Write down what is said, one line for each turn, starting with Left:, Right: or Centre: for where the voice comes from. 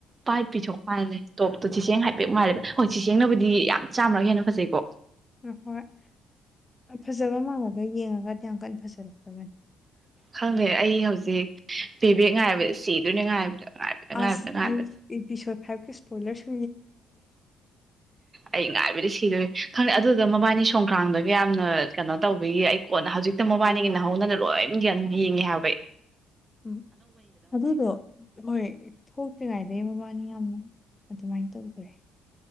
Right: ꯄꯥꯏ ꯄꯤꯊꯣꯛ ꯃꯥꯜꯂꯦ ꯇꯣꯞꯇꯣ ꯆꯤꯁꯦꯡ ꯍꯥꯏꯐꯦꯠ ꯃꯥꯜꯂꯦꯕ ꯍꯣꯏ ꯆꯁꯦꯡꯅꯕꯨꯗꯤ ꯌꯥꯝ ꯆꯥꯝꯅꯒ ꯍꯦꯟꯅ ꯐꯖꯩꯀꯣ
Left: ꯑ ꯍꯣꯏ ꯐ ꯐꯖꯕ ꯃꯥꯡꯉꯒ ꯌꯦꯡꯉꯒꯗꯤꯌꯥ ꯀꯟ ꯐꯖꯔꯛꯇꯕꯅꯤ
Right: ꯈꯪꯗꯦ ꯑꯩ ꯍꯧꯖꯤꯛ ꯄꯦ ꯕꯦꯛ ꯉꯥꯏꯔꯕꯗ ꯁꯤꯗꯣꯏꯅꯦ ꯉꯥꯏꯕꯗ ꯉꯥꯏꯕꯗ ꯉꯥꯏꯕꯗ
Left: ꯑꯁ
Right: ꯉꯥꯏꯕꯗ
Left: ꯑꯩ ꯄꯁꯗ ꯍꯕꯀꯤ ꯏꯁꯄꯣꯏꯂꯔꯁꯨ
Right: ꯑꯩ ꯉꯥꯏꯕꯔꯤꯁꯤ ꯤꯗ ꯈꯪꯗꯦ ꯑꯗꯨꯗ ꯃꯕꯥꯅꯤ ꯁꯣꯡꯈ꯭ꯔꯥꯡꯗꯒ ꯌꯥꯝꯅ ꯀꯩꯅꯣ ꯇꯧꯕꯤꯌꯦ ꯑꯩ ꯀꯣꯟꯅ ꯍꯧꯖꯤꯛꯇ ꯃꯕꯥꯅꯤꯒꯤ ꯅꯍꯧꯅꯅ ꯂꯣꯏꯅ ꯌꯥꯝ ꯌꯦꯡꯉꯦ ꯍꯥꯏꯕꯩ
Left: ꯎꯝ ꯑꯗꯨꯗꯣ ꯍꯣꯏ ꯊꯣꯛꯇ꯭ꯔꯤꯉꯥꯏꯗꯩ ꯃꯕꯥꯅꯤ ꯌꯥꯝꯅ ꯑꯗꯨꯃꯥꯏꯅ ꯇꯧꯈ꯭ꯔꯦ